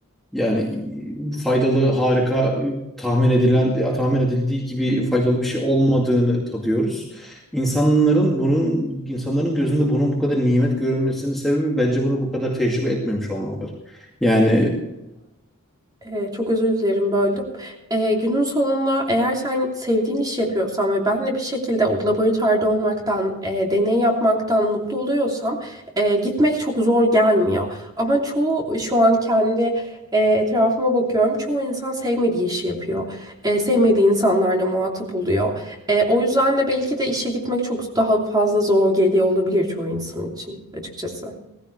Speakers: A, in the centre; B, on the right.
A: yani e, faydalı, harika, e, tahmin edilen, tahmin edildiği gibi faydalı bir şey olmadığını tadıyoruz. İnsanların bunun, insanların gözünde bunun bu kadar nimet görülmesinin sebebi bence bunu bu kadar tecrübe etmemiş olmaları. Yani
B: Ee, çok özür dilerim böldüm. Ee, günün sonunda eğer sen sevdiğin iş yapıyorsan ve ben de bir şekilde o laboratuvarda olmaktan, e, deney yapmaktan mutlu oluyorsam e, gitmek çok zor gelmiyor. Ama çoğu şu an kendi e, etrafıma bakıyorum. Çoğu insan sevmediği işi yapıyor. E, sevmediği insanlarla muhatap oluyor. E, o yüzden de belki de işe gitmek çok daha fazla zor geliyor olabilir çoğu insan için açıkçası.